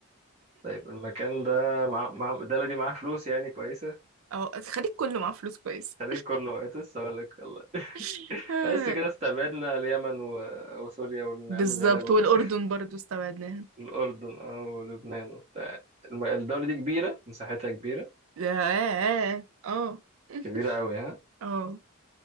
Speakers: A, on the right; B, on the right.
A: طيب المكان ده مع... مع... الدولة دي معاها فلوس يعني كويسة
B: اه الخليج كله معاه فلوس كويس
A: الخليج كله بقيت لسه أقول لك والله
B: <laughs>
A: بس كده استبعدنا اليمن و... وسوريا والعيال
B: بالظبط
A: الغلابة
B: والاردن
A: دول
B: برضو استبعدناها
A: الأردن أو لبنان وبتاع الم- الدولة دي كبيرة مساحتها كبيرة
B: اه اه <laughs>
A: كبيرة أوي ها
B: اه